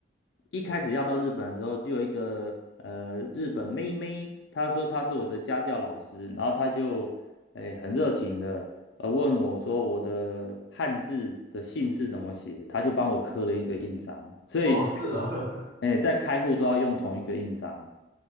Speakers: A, on the left; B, on the right.
A: 一开始要到日本的时候，就有一个呃日本妹妹，她说她是我的家教老师，然后她就哎很热情的呃问我说我的汉字的姓氏怎么写，她就帮我刻了一个印章，所以
B: 哦，是哦，
A: 哎在开户都要用同一个印章，
B: <laughs>